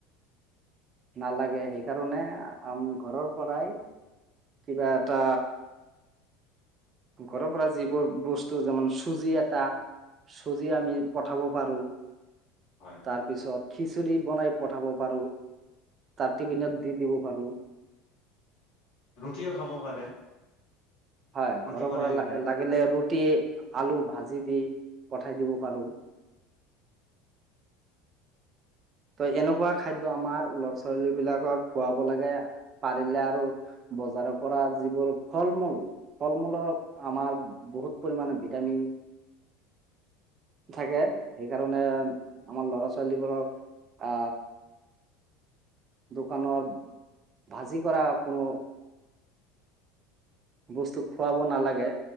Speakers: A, on the right; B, on the left.
A: নালাগে, সেইকাৰণে আম ঘৰৰ পৰাই কিবা এটা ঘৰৰ পৰা যি বস্তু যেন চুজি এটা চুজি আমি পঠাব পাৰো।
B: হয়।
A: তাৰ পিছত খিচিৰি বনাই পঠাব পাৰো তাৰ টিফিনত দি দিব পাৰো।
B: ৰুটিও খাব পাৰে।
A: হয়
B: ৰুটি
A: ঘৰৰ
B: বনাই
A: পৰা ল
B: দিলে
A: লাগিলে ৰুটি আলু ভাজি দি পঠাই দিব পাৰোঁ। ত এনেকুৱা খাদ্য আমাৰ ল'ৰা ছোৱালী বিলাকক খুৱাব লাগে পাৰিলে আৰু বজাৰৰ পৰা যিবোৰ ফল-মূল আমাৰ বহুত পৰিমামানে ভিটামিন থাকে সেইকাৰণে আমাৰ ল'ৰা ছোৱালীবোৰক অ, দোকানৰ ভাজি কৰা কোনো বস্তু খুৱাব নালাগে।